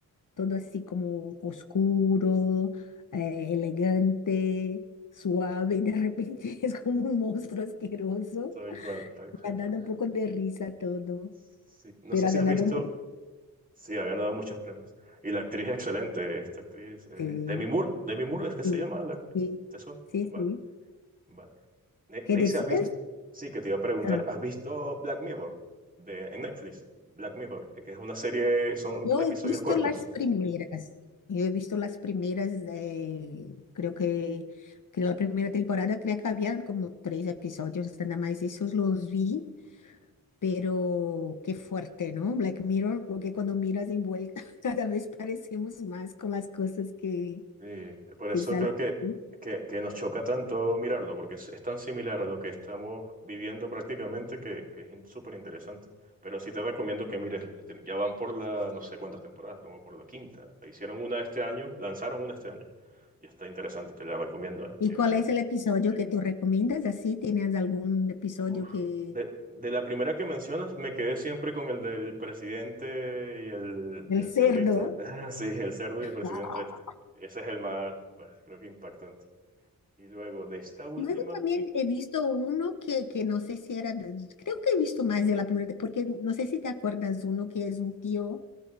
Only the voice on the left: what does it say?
todo así como oscuro, eh, elegante, suave, <laughs> y de repente <laughs> es como un monstruo asqueroso.
Me ha dado un poco de risa todo,
pero
ha ganado
mucho.
Sí,
sí,
sí,
sí,
sí.
¿Qué
decías?
Ah,
yo
he visto
las primeras. Yo he visto las primeras, eh, creo que, que la primera temporada, creo que habían como tres episodios, nada más esos los vi. Pero qué fuerte, ¿no? Black Mirror, porque cuando miras de envuelta, <laughs> cada vez parecemos más con las cosas que,
que
salen.
aquí.
¿Y
cuál
es el episodio que tú recomiendas? Así, ¿tienes algún episodio
que...
El
cerdo.
Ah.
Luego también he visto uno que, que no sé si era, de- creo que he visto más de la primera, te- porque no sé si te acuerdas, uno que es un tío,